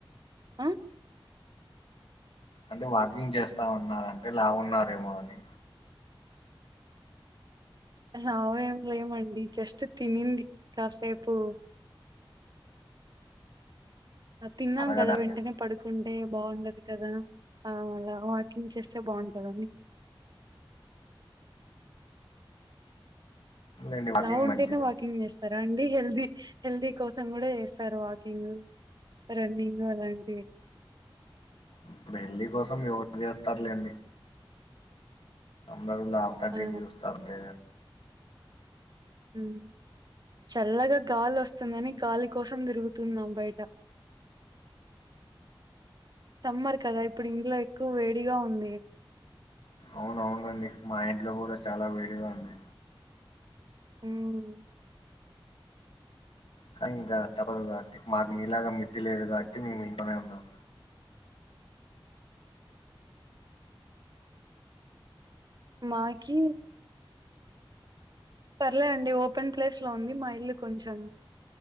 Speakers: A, on the right (about 50°); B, on the left (about 80°).
A: ఆ
B: అంటే వాకింగ్ చేస్తా ఉన్నారంటే లావున్నారేమో అని
A: లావేం లేమండి జస్ట్ తినింది కాసేపు తిన్నాం
B: అడగడానికే
A: కదా వెంటనే పడుకుం న్టే బాగుండదు కదా ఆ అలా వాకింగ్ చేస్తే బాగుంటదని
B: లేండి వాకింగ్
A: లావుంటేనే
B: మంచిదే
A: వాకింగ్ చేస్త రాండి. హెల్దీ హెల్దీ కోసం కూడా చేస్తారు వాకింగ్ రన్నింగ్ అలాంటివి.
B: ఇప్పుడు హెల్ది కోసం ఎవరు చేస్తార్లేండి. బరువు లావు తగ్గించి
A: ఆ
B: చూస్తా అంతే
A: యూ చల్లగా గాలి వస్తుందని గాలి కోసం తిరుగుతున్నాం బయట సమ్మర్ కదా ఇప్పుడు ఇంట్లో ఎక్కువ వేడిగా ఉంది
B: అవును అవును అండి మా ఇంట్లో కూడా చాలా వేడిగా ఉంది
A: ఉహ్
B: కానీ ఇంకా తప్పదు కాబట్టి మాకు నీలాగా మిడ్డీ లేదు కాబట్టి మేము ఇంట్లోనే ఉన్నాం
A: మాకీ పర్లేదు అండి ఓపెన్ ప్లేస్ లో ఉంది మా ఇల్లు కొంచెం